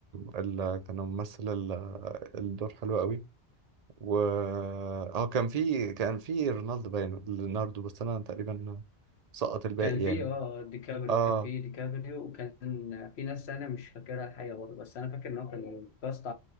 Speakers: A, on the right; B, on the left.
A: اللي كان ممثل ال- الدور حلو قوي و اه كان في كان في رونالدو باين ليناردو بس انا تقريبا سقط الباقي
B: كان في
A: يعني
B: اه ديكابريو
A: اه
B: كان في ديكابريو وكان في ناس انا مش فاكرها الحقيقه برضه بس انا فاكر ان هو كان كاست